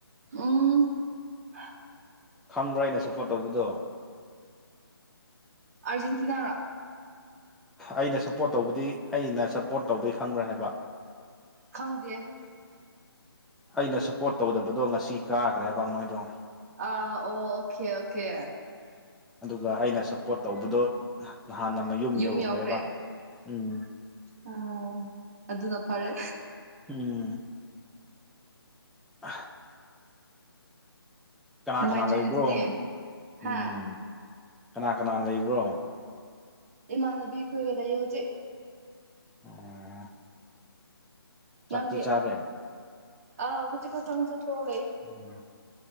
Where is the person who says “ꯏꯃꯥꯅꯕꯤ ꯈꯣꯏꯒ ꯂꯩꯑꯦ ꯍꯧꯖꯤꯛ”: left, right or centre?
Right